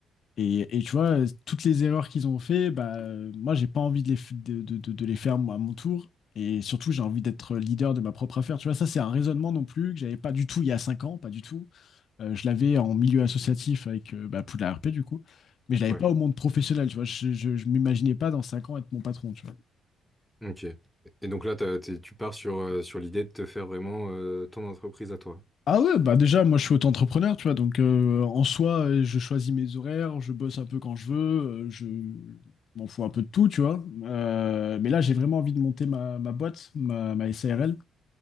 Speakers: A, on the left; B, in the centre.
A: Et, et tu vois, euh, toutes les erreurs qu'ils ont fait, bah, euh, moi, j'ai pas envie de les, f- de, de- de- de les faire moi, à mon tour. Et surtout, j'ai envie d'être leader de ma propre affaire. Tu vois, ça, c'est un raisonnement non plus que j'avais pas du tout il y a cinq ans, pas du tout. Euh, je l'avais en milieu associatif avec euh, bah, Poudlard RP du coup, mais je l'avais
B: ouais.
A: pas au monde professionnel, tu vois. Je, je, je m'imaginais pas dans 5 ans être mon patron, tu vois.
B: Ok. Et donc là, t'as- t'es- tu pars sur, euh, sur l'idée de te faire vraiment euh, ton entreprise à toi.
A: Ah ouais, bah déjà, moi je suis auto-entrepreneur, tu vois, donc euh, en soi, euh, je choisis mes horaires, je bosse un peu quand je veux, euh, je je m'en fous un peu de tout, tu vois. Euh, mais là, j'ai vraiment envie de monter ma, ma boîte, ma, ma SARL.